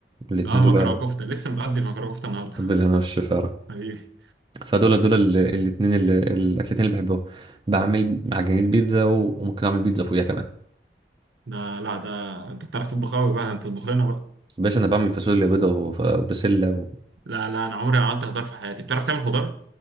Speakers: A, on the right (about 25°); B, on the right (about 85°).
A: الاتنين
B: اه مكرونه
A: دول
B: كفته لسه متغدي مكرونه كفته النهارده
A: بالهنا والشفاره
B: <laughs> حبيبي
A: فدول دول ال- الاتنين اللي الاكلتين اللي بحبهم بعمل عجينه بيتزا وممكن اعمل بيتزا فوقيها كمان
B: ده لا ده انت بتعرف تطبخ قوي بقى انت تطبخ لنا بقى
A: باشا انا بعمل فاصوليا بيضه وبسله و...
B: لا لا انا عمري ما عملت خضار في حياتي بتعرف تعمل خضار